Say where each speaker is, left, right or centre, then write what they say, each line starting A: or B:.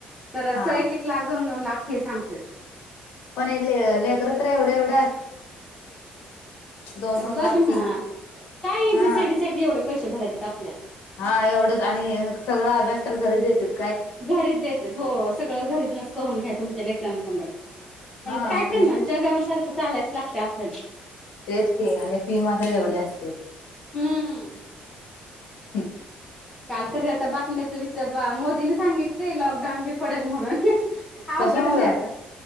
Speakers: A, in the centre; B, on the left.
A: तर अस
B: हा
A: एक एक लाख दोन दोन लाख फी सांगतेत.
B: पन ले लेकरं तर एवढे एवढे दोन दोन
A: बघ
B: लाख
A: ना.
B: फी
A: काय ए
B: हा
A: बी सी डी साठी एवढे पैसे भरायचे. त्यच्यात आपल्या.
B: हा एवढंच आणि सगळा अभ्यास तर घरीच देतेत.
A: घरीच देतेत. हो. सगळं घरूनच करून घ्या, तुमच्या लेकरांनकुंड. पण
B: हा
A: काय
B: आणि
A: करणार? जगासारखं चालायलाच लागतं आपल्याला.
B: तेच की, आणि फी मात्र एवढी असते.
A: हम्म.
B: हम.
A: काल तरी राता बातम्या वी च्या बा. मोदीने सांगितलेल लॉकडाऊन बी पडल म्हणून. अवघडचे
B: कशामुळं
A: आता.